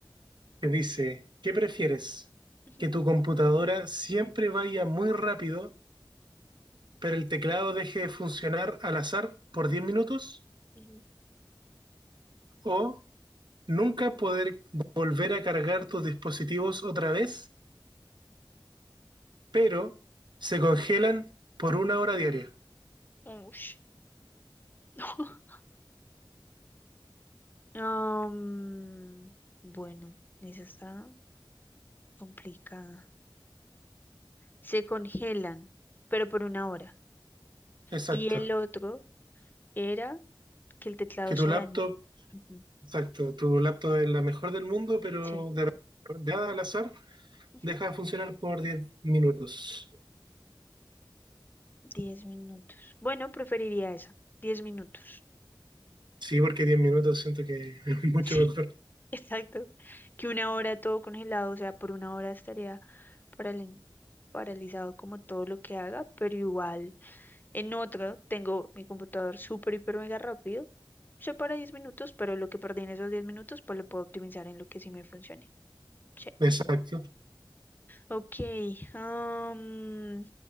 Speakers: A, on the right; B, on the left.
A: que dice, ¿qué prefieres?
B: ujú,
A: ¿Que tu computadora siempre vaya muy rápido, pero el teclado deje de funcionar al azar por 10 minutos?
B: ujú.
A: ¿O nunca poder volver a cargar tus dispositivos otra vez, pero se congelan por una hora diaria?
B: Ush. <laughs> Um, bueno, esa está. complicada. Se congelan, pero por una hora.
A: Exacto.
B: Y el otro era que el teclado
A: Que tu
B: se
A: laptop,
B: dañara. Ujú,
A: exacto, tu laptop es la mejor del mundo, pero
B: Sí.
A: de de nada al azar
B: Ujú.
A: deja de funcionar por 10 minutos.
B: Diez minutos. Bueno, preferiría esa. Diez minutos.
A: Sí, porque 10 minutos siento que es <laughs> mucho
B: Sí,
A: mejor.
B: <laughs> exacto. Que una hora todo congelado, o sea, por una hora estaría paral- paralizado como todo lo que haga, pero igual. En otro, tengo mi computador súper, hiper, mega rápido. Se para 10 minutos, pero lo que perdí en esos diez minutos, pues lo puedo optimizar en lo que sí me funcione. Sí.
A: Exacto.
B: Ok. am,